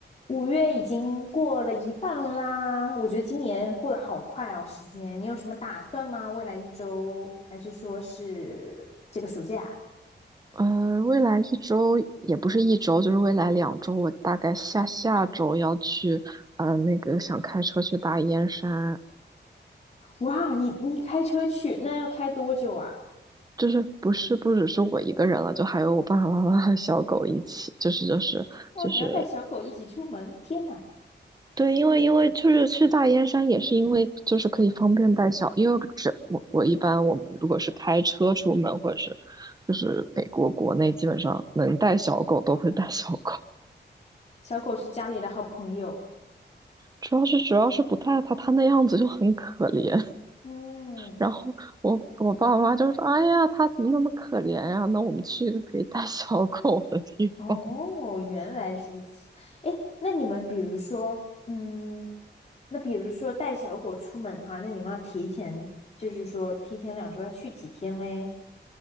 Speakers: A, on the left; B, on the right.
A: 五月已经过了一半啦，我觉得今年过得好快哦，时间。你有什么打算吗？未来一周，还是说是这个暑假？
B: 呃，未来一周也不是一周，就是未来两周，我大概下下周要去，呃，那个想开车去大燕山，
A: 哇，你你开车去，那要开多久啊？
B: 就是不是不只是我一个人了，就还有我爸爸妈妈和小狗一起，就是就是就是，
A: 哦，你要带小狗一起出门，天哪，
B: 对，因为因为就是去大燕山也是因为就是可以方便带小，因为这我我一般我们如果是开车出门或者是就是美国国内基本上能带小狗都会带小狗。
A: 小狗是家里的好朋友。
B: 主要是主要是不带它，它那样子就很可怜。
A: 嗯，
B: 然后我我爸妈就说：“哎呀，它怎么那么可怜呀？那我们去一个可以带 <laughs> 小狗的地方。”
A: 哦，原来如此。哎，那你们比如说，嗯，那比如说带小狗出门的话，那你们要提前，就是说提前两周要去几天嘞？